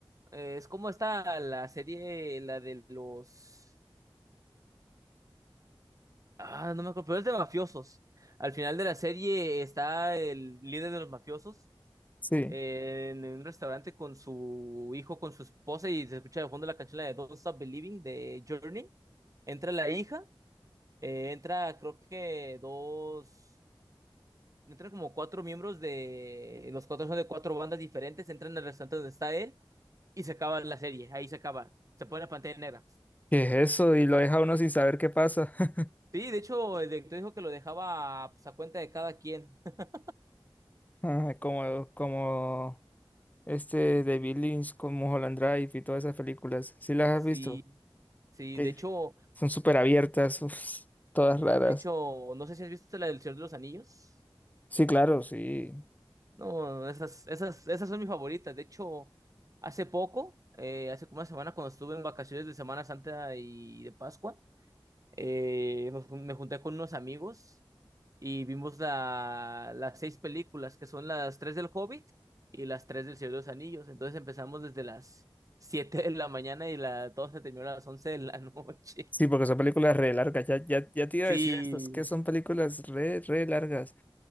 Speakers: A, on the right; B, on the left.
A: eh, es como está la serie, la de los... Ah, no me acuerdo, pero es de mafiosos. Al final de la serie está el líder de los mafiosos
B: Sí.
A: en un restaurante con su hijo, con su esposa, y se escucha de fondo la canción la de Don't Stop Believing de Journey. Entra la hija, eh, entra creo que dos, entran como cuatro miembros de, los cuatro son de cuatro bandas diferentes, entran al restaurante donde está él y se acaba la serie, ahí se acaba, se pone la pantalla negra.
B: ¿Qué es eso? Y lo deja a uno sin saber qué pasa. <laughs>
A: Sí, de hecho, el director dijo que lo dejaba pues, a cuenta de cada quien. <laughs>
B: Ah, Como, como este de Lynch con Mulholland Drive y todas esas películas. ¿Sí las has
A: Sí,
B: visto?
A: sí,
B: que
A: de hecho,
B: son súper abiertas, uf, todas raras.
A: de hecho, no sé si has visto la del Señor de los Anillos.
B: Sí, claro, sí.
A: No, esas, esas, esas son mis favoritas. De hecho, hace poco, eh, hace como una semana, cuando estuve en vacaciones de Semana Santa y de Pascua, eh, nos jun- me junté con unos amigos y vimos la, las seis películas, que son las tres del Hobbit y las tres del Señor de los Anillos. Entonces empezamos desde las siete de la mañana y la, todo se terminó a las once de la noche.
B: Sí,
A: <laughs>
B: porque son películas re largas. Ya, ya, ya te iba
A: Sí.
B: a decir esto, es que son películas re, re largas.